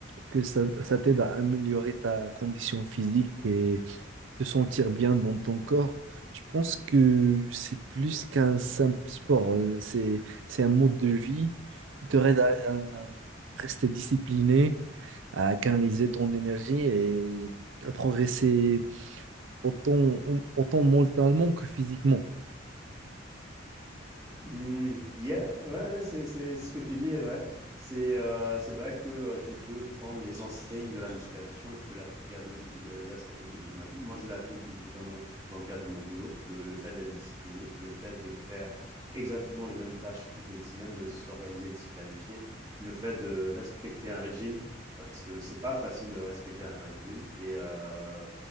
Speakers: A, on the right; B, on the right.
A: que ça, ça t'aide à améliorer ta condition physique et te sentir bien dans ton corps, je pense que c'est plus qu'un simple sport. Euh, C'est, c'est un mode de vie qui te aide à, à rester discipliné, à canaliser ton énergie et à progresser autant, autant mentalement que physiquement.
B: Mmh, yeah, ouais, ouais, c'est c'est ce que tu dis est vrai. C'est, heu, c'est vrai que, heu, tu peux prendre les enseignes de la musculation et tu peux l'appliquer à d'autres z aspects de de ma vie. Moi, je l'applique notamment dans le cadre de mon boulot, le le fait d'être discipliné, le fait de faire exactement les mêmes tâches toutes les semaines, de s'organiser, de se planifier, le fait de respecter un régime parce que c'est pas facile de respecter un régime et heu